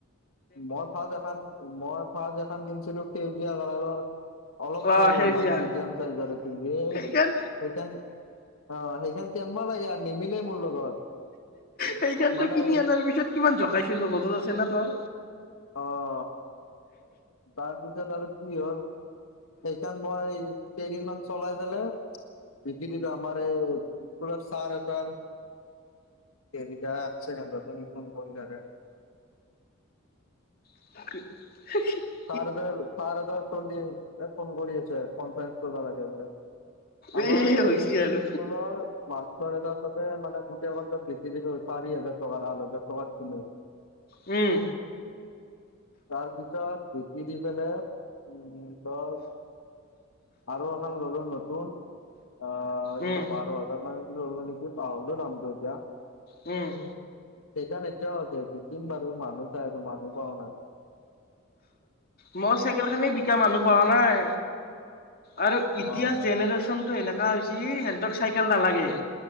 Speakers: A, on the left; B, on the left.
A: মই ফাৰ্ষ্ট এখন মই ফাৰ্ষ্ট এখন কিনিছিলোঁ সেউজীয়া <unintelligible> অলপ
B: অ
A: হৰোঁ
B: সেউজীয়া
A: মানে মিডিয়াম চাইজৰে আছিল <unintelligible>
B: সেইখন
A: সেইকান অ', সেইখন কেনবা লাগে আৰু নিমিলে মোৰ লগত
B: সেইখনতো
A: মানে
B: কিনি অনাৰ পিছত কিমান জকাইছিলো মনত আছে না তৰ।
A: অ', তাৰপিছত আৰু কি হ'ল। সেইকাৰণ মই কেইদিন মান চলাই পেলাই বিকি দিলোঁ আমাৰে বকুল চাৰ এটাৰ ছেকেণ্ডত <inaudible>
B: <unintelligible>
A: ত তাৰ এটা তাৰ এটাৰ ফোন দি মই ফোন কৰি আছোঁ আৰু পঞ্চাছ টকা লাগে বোলে। আমাৰ
B: এ হৈছি আৰু
A: স্কুলৰ মাষ্টাৰ এটাৰ মানে পুতেক হতক বেছি দিলো চাৰি হাজাৰ টকাত আঠ হাজাৰ টকাত কিনি।
B: উম।
A: তাৰ পিছত বিকি দি পেলাই উম, ধৰ আৰু এখন ললোঁ নতুন অ,
B: উম
A: কিবা বাৰ হাজাৰ মানে মনে <inaudible> নিকি পাহৰিলো দামটো এতিয়া।
B: উম।
A: সেইখন এতিয়াও আছে বিকিম বাৰু মানু্হ চাই আছোঁ মানু্হ পোৱা নাই।
B: মই চাইকেল খানি বিকা মানুহ পোৱা নাই। আৰু ইতিয়া
A: অ
B: জেনেৰেশ্যনটো এনেকা হৈছে সিহতক চাইকেল নালাগে।